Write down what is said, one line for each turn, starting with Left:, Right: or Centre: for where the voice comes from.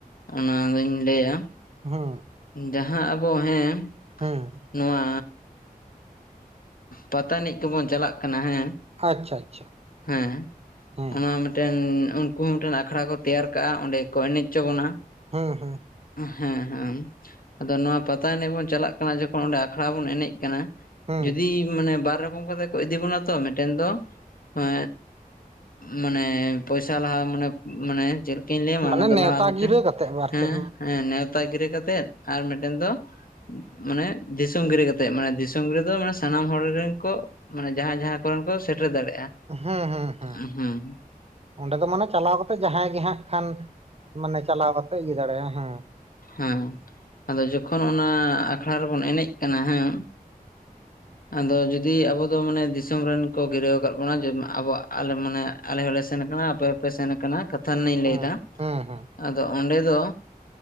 Left: ᱚᱱᱟᱫᱚᱧ ᱞᱟᱹᱭᱟ᱾
Right: ᱦᱩᱸ
Left: ᱡᱟᱦᱟᱸ ᱟᱵᱚ ᱦᱮᱸ
Right: ᱦᱩᱸ
Left: ᱱᱚᱣᱟ ᱯᱟᱛᱟ ᱮᱱᱮᱡ ᱠᱚ ᱵᱚᱱ ᱪᱟᱞᱟᱜ ᱠᱟᱱᱟ ᱦᱮᱸ
Right: ᱟᱪᱪᱷᱟ ᱟᱪᱪᱷᱟ,
Left: ᱦᱮᱸ
Right: ᱦᱮᱸ
Left: ᱚᱱᱟ ᱢᱮᱫ ᱴᱮᱱ ᱩᱱᱠᱩ ᱦᱚᱸ ᱢᱤᱫᱴᱮᱱ ᱟᱠᱷᱲᱟ ᱠᱚ ᱛᱮᱭᱟᱨ ᱠᱟᱜᱼᱟ ᱚᱸᱰᱮ ᱠᱚ ᱮᱱᱮᱡ ᱪᱚ ᱵᱚᱱᱟ᱾
Right: ᱦᱩᱸ ᱦᱩᱸ
Left: ᱦᱮᱸ <unintelligible> ᱟᱫᱚ ᱱᱚᱣᱟ ᱯᱟᱛᱟ ᱮᱱᱮᱡ ᱵᱚᱱ ᱪᱟᱞᱟᱜ ᱠᱟᱱᱟ ᱡᱚᱠᱷᱚᱱ ᱚᱸᱰᱮ ᱟᱠᱷᱲᱟ ᱵᱚᱱ ᱮᱱᱮᱡ ᱠᱟᱱᱟ,
Right: ᱦᱮᱸ
Left: ᱡᱩᱫᱤ ᱢᱟᱱᱮ ᱵᱟᱨ ᱨᱚᱠᱚᱢ ᱠᱟᱛᱮ ᱠᱚ ᱤᱫᱤ ᱵᱚᱱᱟ ᱛᱚ ᱢᱤᱫᱴᱮᱱ ᱫᱚ ᱮ ᱢᱟᱱᱮ ᱯᱚᱭᱥᱟ ᱞᱟᱦᱟ ᱢᱟᱱᱮ ᱢᱟᱱᱮ ᱪᱮᱫ ᱞᱮᱠᱟᱧ ᱞᱟᱹᱭ ᱟᱢᱟ
Right: ᱢᱟᱱᱮ
Left: ᱚᱱᱟ ᱫᱚ
Right: ᱱᱮᱣᱛᱟ
Left: ᱞᱟᱦᱟ ᱢᱤᱫᱴᱮᱱ
Right: ᱜᱤᱨᱟᱹ ᱠᱟᱛᱮᱜ ᱟᱨ
Left: ᱦᱮᱸ
Right: ᱪᱮᱫ
Left: ᱦᱮᱸ ᱱᱮᱸᱣᱛᱟ ᱜᱤᱨᱟᱹ ᱠᱟᱛᱮᱫ ᱟᱨ ᱢᱤᱫᱴᱮᱱ ᱫᱚ ᱢᱟᱱᱮ ᱫᱤᱥᱚᱢ ᱜᱤᱨᱟᱹ ᱠᱟᱛᱮᱫ᱾ ᱢᱟᱱᱮ ᱫᱤᱥᱚᱢ ᱜᱤᱨᱟᱹ ᱫᱚ ᱢᱟᱱᱮ ᱥᱟᱱᱟᱢ ᱦᱚᱲ ᱨᱮᱱ ᱠᱚ ᱢᱟᱱᱮ ᱡᱟᱦᱟᱸ ᱡᱟᱦᱟᱸ ᱠᱚᱨᱮᱱ ᱠᱚ ᱥᱮᱴᱮᱨ ᱫᱟᱲᱮᱭᱟᱜᱼᱟ᱾
Right: ᱦᱮᱸ ᱦᱮᱸ ᱦᱮᱸ
Left: ᱦᱩᱸ <unintelligible>
Right: ᱚᱸᱰᱮ ᱫᱚ ᱢᱟᱱᱮ ᱪᱟᱞᱟᱣ ᱠᱟᱛᱮᱜ ᱡᱟᱦᱟᱸᱭ ᱜᱮ ᱦᱟᱸᱜ ᱠᱷᱟᱱ ᱢᱟᱱᱮ ᱪᱟᱞᱟᱣ ᱠᱟᱛᱮᱜ ᱤᱭᱟᱹ ᱫᱟᱲᱮᱭᱟᱜᱼᱟ ᱦᱮᱸ᱾
Left: ᱦᱩᱸ ᱟᱫᱚ ᱡᱚᱠᱷᱚᱱ ᱚᱱᱟ ᱟᱠᱷᱲᱟ ᱨᱮᱵᱚᱱ ᱮᱱᱮᱡ ᱠᱟᱱᱟ ᱦᱩᱸ ᱟᱫᱚ ᱡᱩᱫᱤ ᱟᱵᱚ ᱫᱚ ᱢᱟᱱᱮ ᱫᱤᱥᱚᱢ ᱨᱮᱱ ᱠᱚ ᱜᱤᱨᱟᱹᱣ ᱟᱠᱟᱫ ᱵᱚᱱᱟ ᱡᱮ ᱟᱵᱚᱣᱟᱜ ᱟᱞᱮ ᱢᱟᱱᱮ ᱟᱞᱮ ᱦᱚᱸᱞᱮ ᱥᱮᱱ ᱠᱟᱱᱟ ᱟᱯᱮ ᱦᱚᱸᱯᱮ ᱥᱮᱱ ᱟᱠᱟᱱᱟ ᱠᱟᱛᱷᱟ ᱨᱮᱱᱟᱜ ᱤᱧ
Right: ᱦᱩᱸ
Left: ᱞᱟᱹᱭ ᱫᱟ,
Right: ᱦᱩᱸ ᱦᱩᱸ
Left: ᱟᱫᱚ ᱚᱸᱰᱮ ᱫᱚ